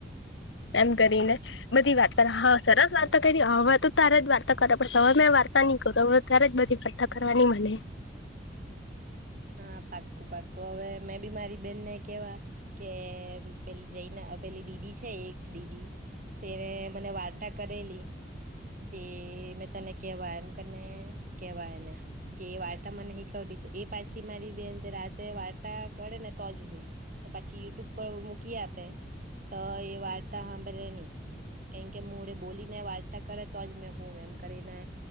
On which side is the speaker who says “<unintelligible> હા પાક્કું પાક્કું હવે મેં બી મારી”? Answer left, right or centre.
Right